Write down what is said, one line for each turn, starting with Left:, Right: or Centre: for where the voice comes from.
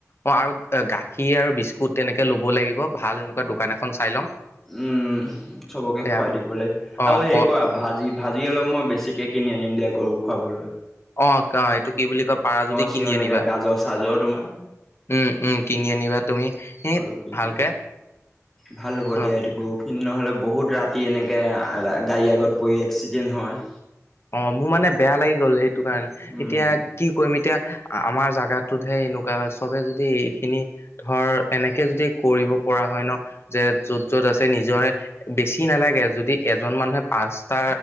Left: অ', আৰু এ' গাখীৰ আৰু বিস্কুট তেনেকে ল'ব লাগিব, ভাল এনেকুৱা দোকান এখন চাই ল'ম।
Centre: উম, চবকে
Left: এয়া
Centre: খোৱাঁই দিবলে
Left: অ
Centre: আৰু হেৰি
Left: ক
Centre: কৰা ভাজি ভাজি অলপ মই বেছি ছিকে কিনি আনিম দিয়া গৰুক খোৱাঁবলৈ।
Left: অ', কা' এইটো কি বুলি কয় পাৰাঁ যদি
Centre: চিয়হ
Left: কিনি
Centre: এনেকে
Left: আনিবা।
Centre: গাজৰ চাজৰ তোমাৰ
Left: উম, উম কিনি আনিবা তুমি সেট
Centre: অলপ কিনি
Left: ভালকে।
Centre: আনিম ভাল হ'ব
Left: অ
Centre: দিয়া এইটো গৰুখিনি নহ'লে বহুত ৰাতি এনেকে আ ৰা গাড়ী আগত পৰি এক্সিডেণ্ট হয়।
Left: অ', ' মোৰ মানে বেয়া লাগি গ'ল সেইটো কাৰণে,
Centre: উম,
Left: এতিয়া কি কৰিম এতিয়া আ-আমাৰ জাগাটোতহে এনেকুৱা হয় চবে যদি এইখিনি ধৰ এনেকে যদি কৰিব পৰা হয় ন যে য'ত য'ত আছে নিজৰে বেছি নালাগে। যদি এজন মানুহে পাঁচটা